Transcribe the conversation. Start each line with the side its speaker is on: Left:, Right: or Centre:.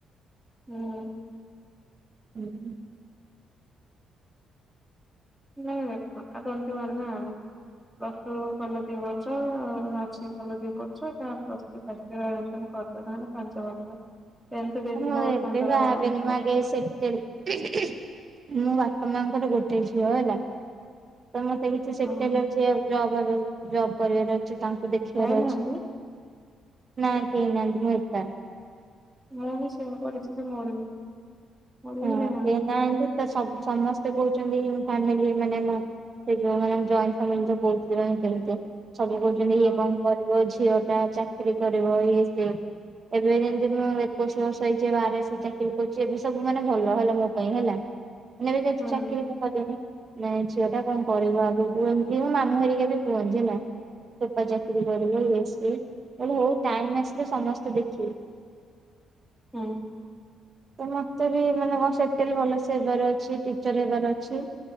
Centre: ହୁଁ
Right: ହୁଁ
Centre: <unintelligible> ପସୁ କଲ ଦି ବର୍ଛ ନସିଂ କଲ ଦି ବର୍ଛା <inaudible> କରିଦଥା ପାଞ୍ଚ ବର୍ଷ ଟେନ୍ଥ ଦେଇଥିବ
Right: ମୁଁ ଏବେ
Centre: ପନ୍ଦର
Right: ଭବେନି ମଗେ
Centre: ବର୍ଷ
Right: ସେଠ ମୁଁ ବାପା ମାଙ୍କର ଗୋଟେ ଝିଅ ହେଲା ତ ମତେ ବି
Centre: ହଁ
Right: ସେଟେଲ ଜବ ଜବ୍ କରିବାର ଅଛି ତାଙ୍କୁ ଦେଖିବାର
Centre: ଭାଇ ନାହାନ୍ତି
Right: ଅଛି ନାଁ କେନନ୍ତିିନ ଭ
Centre: ମୁଁ ବି ସେମି କରିଛିି ମୋର ବି ମୋର ବି
Right: ହଁ
Centre: ଭାଇ
Right: ସେ ନାହାନ୍ତି ତ ସମସ୍ତେ କହୁଛନ୍ତି ଫାମିଲି ମାନେ ସେ ଯୋଉମାନେ ଜଏଣ୍ଟ ଫାମିଲି ତ କହୁଥିଲେ କେମିତି ସବୁ କହୁଛନ୍ତି
Centre: ହଁ
Right: ଏବଂ କରିବ ଝିଅ ଟା ଚାକିର କରିବ ଇଏ ସ ଏବେ ଯେମିତି ମୁଁ ଏକୋଇଶ ବର୍ଷ ହେଇଛି ବାର ଚାକିରି କରୁଛି ଏବେ ସବୁ ମାନେ ଭଲ ହେଲା ମୋ ପାଇଁ ହେଲାାନ ଏ
Centre: ହୁଁ
Right: ଯି ଚାକିରି କନି ନାଇଁ ଝୁଅଆ ଟା କଣ କରିବ ଆଗକୁ କୁମିତି ମୁଁ ମାମୁଁ ହେରିକା ବି କୁହନ୍ତି ହେଲା ଚୋପା ଚାକିରି କରିବସ ହଉ ଟାଇମ ଆସିଲେ ସମସ୍ତେ ଦେଖିବେ
Centre: ହୁଁ
Right: ତ ମତେ ବି ମାନେ ମ ସେତ ଭଲସ ହେବାର ଅଛି ଟିଚର ହେବାର ଅଛି